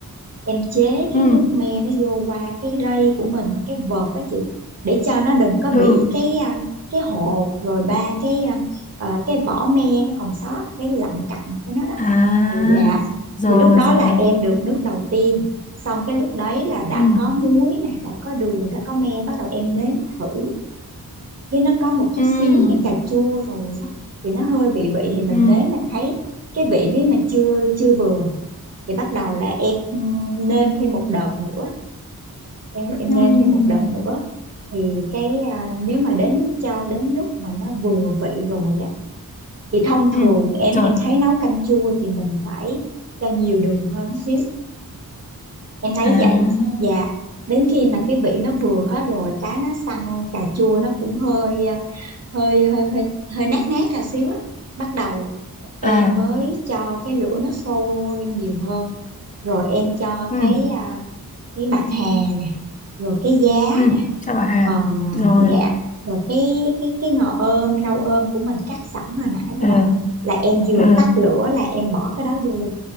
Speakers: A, on the right; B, on the left.
A: em chế
B: ừ
A: cái nước me nó vô qua cái rây của mình hoặc cái vợt á chị để cho nó đừng có bị
B: ừ
A: cái à, cái hột rồi ba cái à, à, cái vỏ me nó còn sót cái lặng cặn của nó đó
B: à
A: thì dạ
B: rồi
A: thì lúc đó
B: rồi
A: là em được nước đầu tiên xong cái lúc đấy là đã
B: ừ
A: có muối nè đã có đường đã có me bắt đầu em nếm thử với nó có một chút
B: ừ
A: xíu cái cà chua rồi á thì nó hơi bị vị thì mình
B: ừ
A: nếm mình thấy cái vị nếu mà chưa chưa vừa thì bắt đầu là em nêm thêm một đợt nữa em em
B: ừ
A: nêm thêm một đợt nữa thì cái à, nếu mà đến cho đến lúc mà nó vừa vị rồi á thì thông
B: ừ
A: thường em
B: rồi
A: em thấy nấu canh chua thì mình phải cho nhiều đường hơn xíu em thấy
B: à
A: vậy dạ đến khi mà cái vị nó vừa hết rồi cá nó săn cà chua nó cũng hơi ờ, hơi hơi hơi hơi nát nát cà xíu á bắt đầu em
B: à
A: mới cho cái lửa nó sôi nhiều hơn rồi em cho
B: ừ
A: cái à, cái bạc hà nè rồi cái giá
B: ừ
A: nè
B: chào bà Hà
A: còn
B: rồi
A: à, dạ rồi cái cái cái ngò ôm rau ôm của mình cắt sẵn hồi nãy rồi
B: ờ
A: đó là em vừa
B: ờ
A: tắt lửa là em bỏ cái đó vô luôn